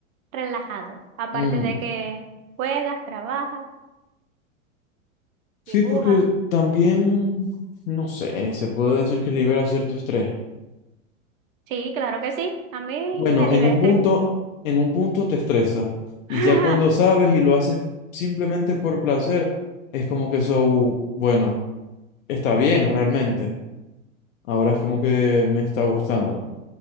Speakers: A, on the right; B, on the left.
A: relajado. Aparte
B: Mm,
A: de que juegas, trabajas,
B: sí,
A: dibujas.
B: porque también, no sé, se puede decir que libera cierto estrés.
A: Sí, claro que sí. A mí
B: Bueno,
A: me libera
B: en un
A: estrés.
B: punto, en un punto te estresa y
A: <laughs>
B: ya cuando sabes y lo haces simplemente por placer, es como que eso, bueno. está bien realmente. Ahora es como que me está gustando.